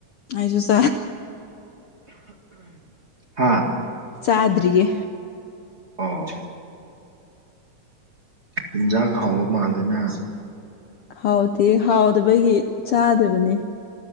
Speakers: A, on the left (about 85°); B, on the right (about 25°).
A: ꯑꯩꯁꯨ <unintelligible>
B: ꯍꯥꯥ
A: ꯆꯥꯗ꯭ꯔꯤꯌꯦ
B: ꯑꯣ ꯍꯤꯟꯖꯥꯡ ꯍꯥꯎꯕ ꯃꯥꯜꯂꯦꯅ
A: ꯍꯥꯎꯇꯦ ꯍꯥꯎꯗꯕꯒꯤ ꯆꯥꯗꯕꯅꯤ